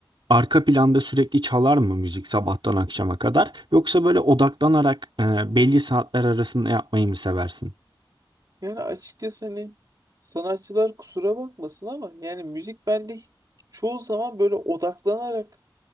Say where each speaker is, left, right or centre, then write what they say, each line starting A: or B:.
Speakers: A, on the right; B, on the right.
A: arka planda sürekli çalar mı müzik sabahtan akşama kadar? Yoksa böyle odaklanarak e, belli saatler arasında yapmayı mı seversin?
B: Yani açıkçası hani sanatçılar kusura bakmasın ama yani müzik bende hiç- çoğu zaman böyle odaklanarak